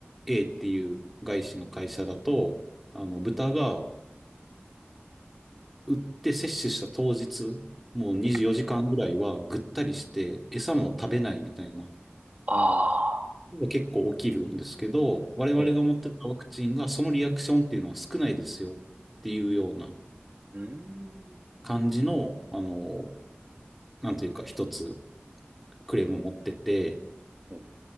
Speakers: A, in the centre; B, on the right.
A: A っていう外資の会社だと、あの、豚が打って接種した当日、もう24時間ぐらいはぐったりして、
B: ええ。
A: 餌も食べないみたいな、
B: ああ、
A: 結構起きるんですけど、我々が持ってたワクチンがそのリアクションっていうのは少ないですよっていうような
B: ええ。うーん。
A: 感じの、あの、なんていうか一つクレームを持ってて、
B: ええ。